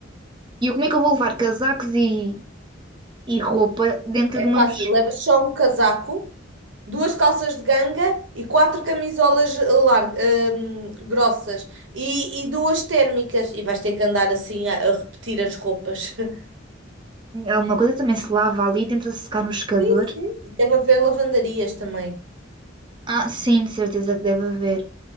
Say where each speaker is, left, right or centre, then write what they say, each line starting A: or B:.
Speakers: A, on the right; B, on the right.
A: E eu, como é que eu vou levar casacos e, e roupa dentro
B: É
A: de uma
B: fácil.
A: mochila?
B: Levas só um casaco, duas calças de ganga e quatro camisolas eh, lar- hum, grossas e, e duas térmicas. E vais ter que andar assim a, a repetir as roupas. <laughs>
A: Alguma coisa também se lava ali, tenta secar no secador.
B: Sim, sim. E Deve haver lavandarias também.
A: Ah, sim, de certeza que deve haver.